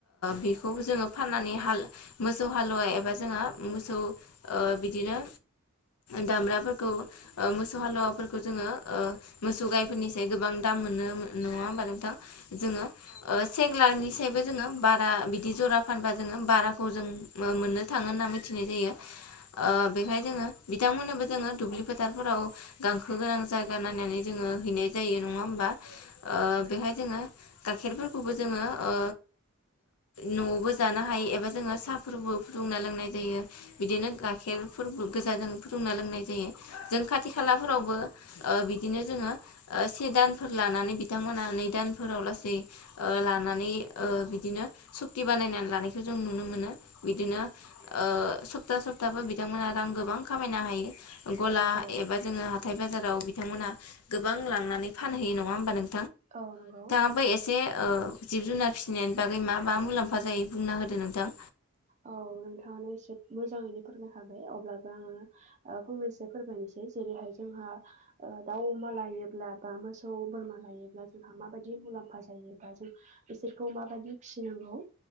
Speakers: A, on the left; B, on the right.
A: बेखौ जोङो फाननानै हाल मोसौ हालुवा एबा जोंहा मोसौ बिदिनो दामब्राफोरखौ मोसौ हालुवाफोरखौ जोङो अ मोसौ गायफोरनिसाय गोबां मोनो नङा होनबा नोंथां जोङो सेक फग्लारनि सबो जोङो बारा बिदि जरा फानबा जोङो बाराखौ जों मोननो थाङो होनना मिथिनाय जायो। ओ बेहाय जोङो बिथांमोननोबो जोङो दुब्लि फोथारफोराव गांखो गोनां जायगा नायनानै जोङो हैनाय जायो नङा होमबा। ओ बेहाय जोङो गाइखेरफोरखौबो जोङो ओ न'आवबो जानो हायो एबा जोङो साहाफोरबो फुदुंना लोंनाय जायो। बिदिनो गाइखेरफोरबो गोजाजों फुदुंना लोंनाय जायो जों खाथि खालाफोरावबो बिदिनो जोङो से दानफोर लानानै बिथांमोना नै दान फोराव लासै ओ लानानै ओ बिदिनो सुक्ति बानायनानै लानायखौ जों नुनो मोनो। बिदिनो ओ सप्ता सप्ताबो बिथांमोना रां गोबां खामायनो हायो। गला
B: औ
A: एबा जोङो हाथाय बाजाराव बिथांमोनहा गोबां लांनानै फानहैयो नङा होमबा नों
B: ओ नंगौ।
A: ओमफ्राय एसे ओ जिब जुनार फिसिनायनि बागै मा मा मुलाम्फा जायो बुंना होदो नोंथां।
B: औ नोंथाङानो एसे मोजाङैनो फोरमायखाबाय अब्लाबो आङो फंनैसो फोरमायनोसै जेरैहाय जोंहा दाउ अमा लायोब्ला बा मोसौ बोरमा लायोब्ला जोंहा माबायदि मुलाम्फा जायोबा जों बिसोरखौ माबायदि फिसिनांगौ